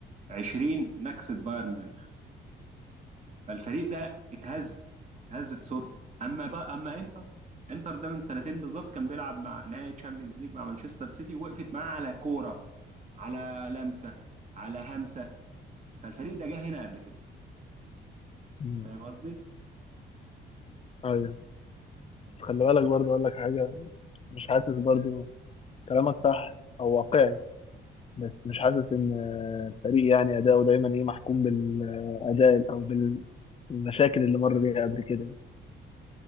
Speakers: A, on the right; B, on the left.
A: 20 نكسة بايرن ميونخ فالفريق ده اتهزت اتهزت صورته اما بقى اما انتر انتر ده من سنتين بالظبط كان بيلعب مع نهائي تشامبيونز ليج مع مانشستر سيتي ووقفت معاه على كوره على لمسه على همسه فالفريق ده جه هنا قبل كده
B: مم.
A: فاهم قصدي
B: ايوه بس خلي بالك برضه اقول لك حاجه مش حاسس برضه كلامك صح او واقعي بس مش حاسس ان الفريق يعني اداؤه دايما ايه محكوم بالاداء او بالمشاكل اللي مر بيها قبل كده